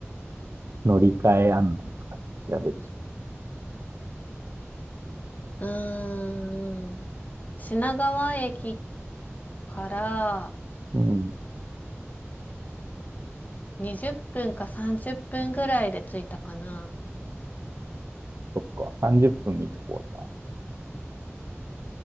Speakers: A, on the right; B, on the left.
A: 乗り換え案内使って調べるしか。
B: う。うーん。品川駅から、
A: うん。
B: 20分か30分ぐらいで着いたかな。
A: そっか。30分見とこう、じゃあ。